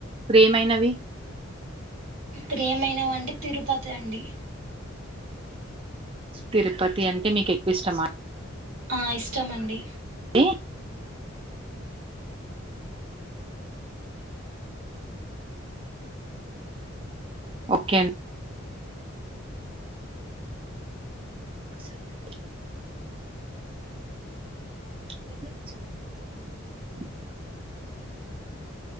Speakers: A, on the right; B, on the right.
A: ప్రేయమైనవి.
B: ప్రేయమైన. నో అండి తిరుపతి అండి.
A: తిరుపతి అంటే మీకు ఎక్కువ ఇష్టమా అం
B: ఆహ్ ఇష్టము అండి.
A: అండి ఓకే అండి. సరిగా మిషొ <unintelligible>